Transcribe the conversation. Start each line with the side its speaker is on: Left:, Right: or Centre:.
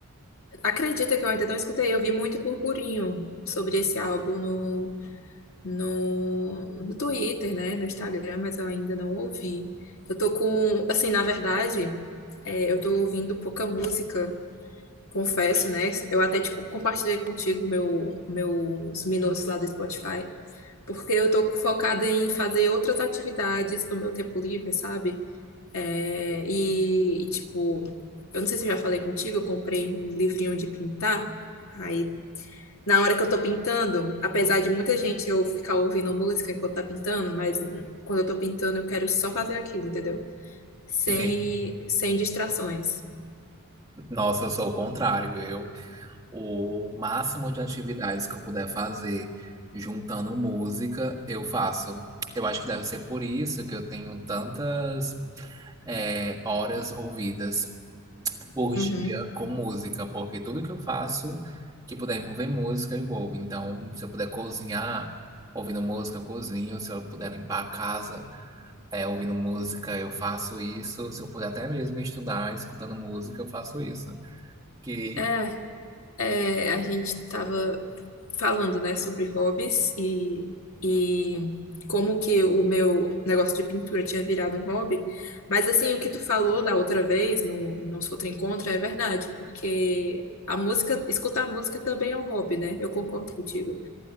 Left: Acredita que eu ainda não escutei, eu vi muito burburinho sobre esse álbum no, no, no Twitter, né, no Instagram, mas eu ainda não ouvi. Eu tô com, assim, na verdade, é, eu tô ouvindo pouca música, confesso, né? Eu até te co- compartilhei contigo meu, meus minutos lá do Spotify, porque eu tô focada em fazer outras atividades no meu tempo livre, sabe? É, e, tipo, eu não sei se eu já falei contigo, eu comprei um livrinho de pintar. Aí, na hora que eu tô pintando, apesar de muita gente eu ficar ouvindo música enquanto tá pintando, mas quando eu tô pintando, eu quero só fazer aquilo, entendeu? Sem,
Right: Entendi.
Left: sem distrações.
Right: Nossa, eu sou o contrário. Eu, o máximo de atividades que eu puder fazer juntando música, eu faço. Eu acho que deve ser por isso que eu tenho tantas, eh, horas ouvidas. orgia
Left: Uhum.
Right: com música, porque tudo que eu faço que puder envolver música, eu envolvo. Então, se eu puder cozinhar ouvindo música, eu cozinho. Se eu puder limpar a casa é, ouvindo música, eu faço isso. Se eu puder até mesmo estudar escutando música, eu faço isso. Que,
Left: É, é, a gente tava. falando, né, sobre hobbies e, e como que o meu negócio de pintura tinha virado um hobby. Mas, assim, o que tu falou da outra vez, no, no nosso outro encontro, é verdade, porque a música, escutar música também é um hobby, né? Eu concordo contigo,